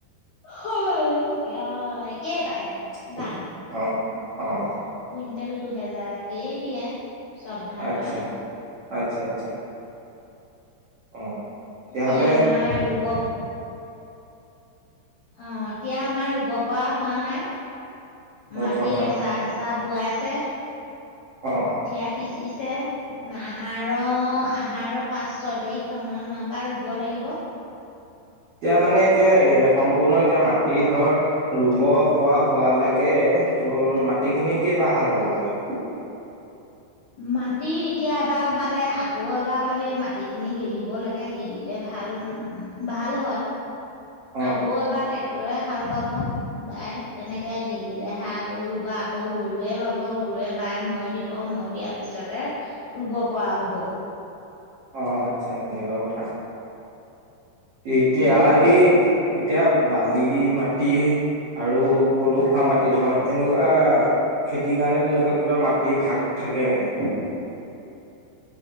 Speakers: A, on the left; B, on the right.
A: সমান থাকে অ' একেটাই।
B: অ'!
A: দাম
B: অড পৰা
A: কুইণ্টেল দুহেজাৰকেই দিয়ে। চব ধানয়ে।
B: আচ্ছা আচ্ছা! আচ্ছা! অ তেতিয়াহ'লে
A: এতিয়া আমাৰ ৰোগৰ অ' এতিয়া আমাৰ ৰুব পৰা হোৱা নাই।
B: অ
A: মাটি
B: পঢ়া
A: এচাৰ
B: নাই
A: এচাৰ পুৱাই আছে।
B: অ অ
A: কঠীয়া সিঁচি আহাৰ-আহাৰ পাঁচ ছয় তাৰিখ সমান পৰা ৰুব লাগিব।
B: এতিয়া মানে এতিয়া এ সম্পূৰ্ণ এতিয়া মাটি ধৰ ৰুব পৰা হোৱালৈকে তোৰ মাটি খিনি ক বাৰ হাল বাব লাগে?
A: মাটি এতিয়া এবাৰ বালে আকৌ এবাৰ বালে মাটিখিনি গেলিব লাগে, গেলিলে ভাল উম ভাল হয়।
B: অ',
A: আকৌ এবাৰ তে টেকতহে হাল বাব বাই। তেনেকে গেলিলেহে আকৌ ৰুব আকৌ গৰুৱে বাব গৰুৱে বাই মৈ দিব মৈ দিয়াৰ পিছতে ৰুব পৰা হব।
B: অ আচ্ছা তেনেকুৱা কথা। এতিয়া
A: তেনেকুৱা
B: এই এতিয়া বালি মাতি আৰু পলসুৱা মাট খেতি হয় এনেকুৱা খেতিৰ কাৰণে তেনেকুৱা কিবা মাটিৰ ভাগ থাকে নেকি?